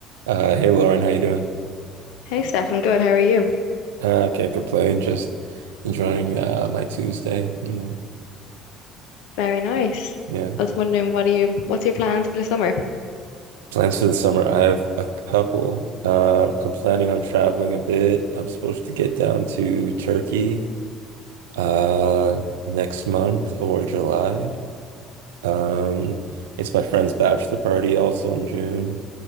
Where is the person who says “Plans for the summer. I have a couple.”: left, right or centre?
Right